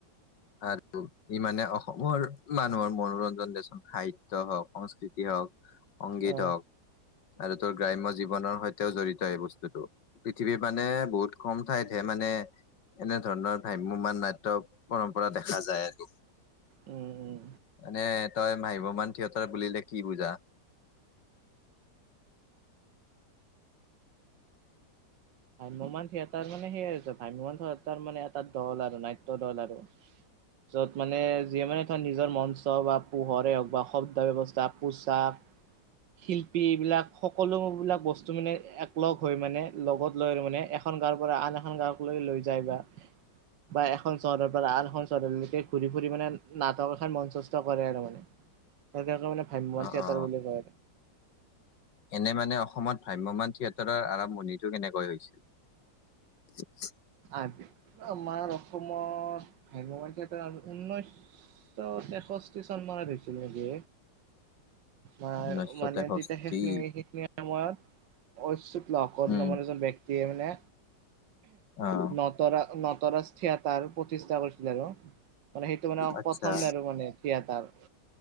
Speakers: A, on the left; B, on the right.
A: আৰু ই মানে অসমৰ মানুহৰ মনোৰঞ্জন দেচোন। সাহিত্য হওঁক সংস্কৃতি হওঁক সংগীত
B: অ'
A: হওঁক আৰু তোৰ গ্ৰাম্য জীৱনৰ সৈতেও জড়িত এই বস্তুতটো। পৃথিৱীৰ মানে বহুত কম ঠাইতহে মানে এনেধৰণৰ ভ্ৰাম্যমাণ নাট্য পৰম্পৰা দেখা যায় এইটো।
B: উম।
A: মানে তই ভাম্যমান থিয়েটাৰ বুলিলে কি বুজা?
B: ভাম্যমান থিয়েটাৰ মানে সেইয়ে হৈছে ভাম্যমান থিয়েটাৰ মানে এটা দল আৰু নাট্য দল আৰু। য'ত মানে যিয়ে মানে ধৰ নিজৰ মঞ্চ বা পোহৰে হওক বা শব্দ ব্যৱস্থা পোচাক শিল্প, এইবিলাক সকলোবিলাক বস্তু মানে এক লগ হৈ মানে, লগত লৈ মানে এখন গাঁৱৰ পৰা আন এখন গাঁওক লৈ যায়। বা বা এখন চহৰৰ পৰা আন এখন চহৰলৈকে ঘূৰি ফুৰি মানে নাটক এখন মঞ্চস্থ কৰে আৰু মানে। সেইকাৰণে মানে ভ্ৰাম্যমান
A: অ
B: থিয়েটাৰ
A: অ।
B: বুলি কয়
A: এনে মানে অসমত ভ্ৰাম্যমান থিয়েটাৰৰ আৰম্ভণিটো কেনেকৈ হৈছিল? <unintelligible>
B: আ আমাৰ অসমত ভাগ্যৱান উ ঊনৈছ তেষষ্ঠি চনমানত হৈছিল নেকি। অ
A: ঊনৈছশ
B: মানে
A: তেষষ্ঠি
B: তেতিয়া সেইখিনি সেইখিনি সময়ত ঐচুত লকৰ
A: উম
B: নামৰ এজন ব্যক্তিয়ে মানে
A: অ।
B: নতৰা নটৰাজ থিয়াতাৰ প্ৰতিষ্ঠা আছিল আৰু, মানে সেইটো মানে
A: আচ্ছা
B: প্ৰথম আৰু মানে থিয়াতৰ।